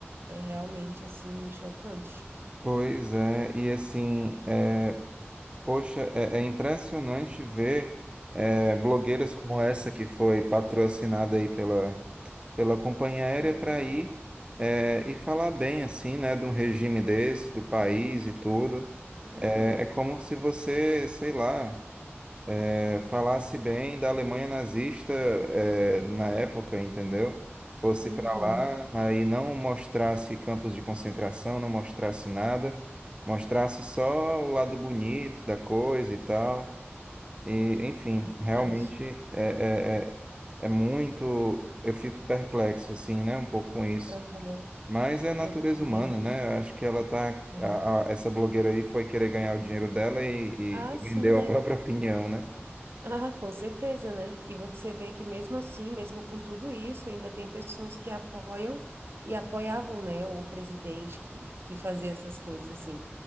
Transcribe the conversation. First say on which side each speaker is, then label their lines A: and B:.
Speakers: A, on the right; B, on the right.
A: É realmente assim chocante.
B: Pois é, e assim, é, poxa, é, é impressionante ver é, blogueiras como essa que foi patrocinada aí pela pela companhia aérea
A: Uhum,
B: para ir é, e falar bem assim, né, de um regime desse, do país e tudo.
A: uhum,
B: É, é como se você, sei lá, é, falasse bem da Alemanha nazista é, na época, entendeu? Fosse
A: uhum.
B: para lá, aí não mostrasse campos de concentração, não mostrasse nada, mostrasse só o lado bonito da coisa e tal. E, enfim,
A: É verdade.
B: realmente é, é, é é muito. Eu fico perplexo, assim, né, um pouco com isso.
A: Aham,
B: Mas é a natureza
A: Eu também.
B: humana, né? Eu Acho que ela tá.
A: É.
B: a- a- essa blogueira aí foi querer ganhar o dinheiro dela e,
A: Ah,
B: e vendeu
A: sim, né?
B: a própria <laughs> opinião, né?
A: Ah, com certeza, né? E você vê que mesmo assim, mesmo com tudo isso, ainda tem pessoas que apoiam e apoiavam, né, o presidente que, que fazia essas coisas assim.